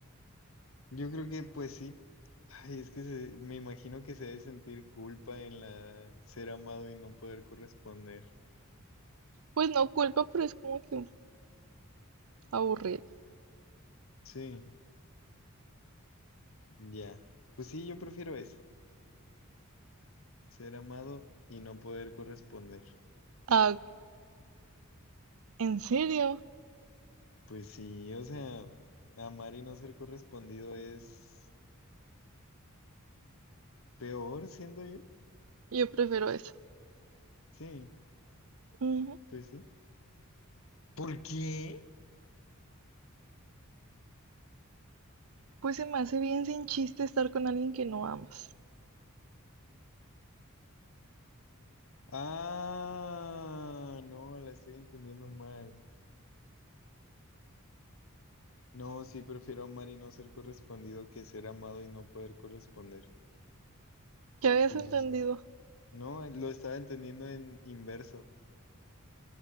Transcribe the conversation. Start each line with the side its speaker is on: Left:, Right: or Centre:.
Left: Yo creo que pues sí. Ay, es que se- me imagino que se debe sentir culpa en la ser amado y no poder corresponder.
Right: Pues no culpa, pero es como que Aburrido.
Left: Sí, ya. Pues sí, yo prefiero esa, ser amado y no poder corresponder.
Right: Ah, ¿en serio?
Left: Pues sí, o sea, amar y no ser correspondido es peor, siendo yo.
Right: Yo prefiero eso.
Left: Sí,
Right: Ujú.
Left: pues sí. ¿Por qué?
Right: Pues se me hace bien sin chiste estar con alguien que no amas.
Left: Ah, no, la estoy entendiendo mal. No, sí, prefiero amar y no ser correspondido que ser amado y no poder corresponder.
Right: ¿Qué habías
Left: Sí,
Right: entendido?
Left: sí, sí. No, eh, lo estaba entendiendo en inverso,